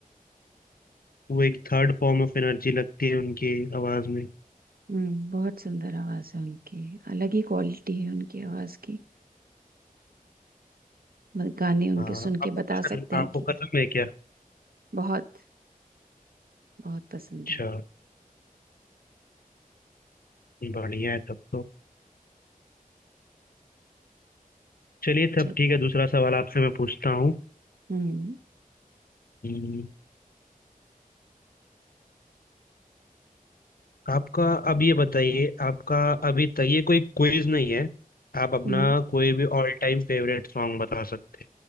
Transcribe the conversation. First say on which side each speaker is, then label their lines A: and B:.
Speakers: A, on the left; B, on the right.
A: वो एक थर्ड फॉर्म ऑफ एनर्जी लगती है उनकी आवाज में
B: हम्म बहुत सुंदर आवाज है उनकी अलग ही क्वालिटी है उनकी आवाज की मत- गाने उनके
A: हाँ
B: सुन
A: आपको
B: के बता
A: पसंद
B: सकते
A: आपको
B: हैं कि
A: खत्म है क्या
B: बहुत बहुत पसंद
A: अच्छा
B: है
A: बढ़िया है तब तो चलिए तब
B: चल
A: ठीक है दूसरा सवाल आपसे मैं पूछता हूँ
B: हम्म
A: हम्म, आपका अब ये बताइए आपका अभी तक ये कोई क्विज नहीं है आप अपना
B: हम्म
A: कोई भी ऑल टाइम फेवरेट सॉन्ग बता सकते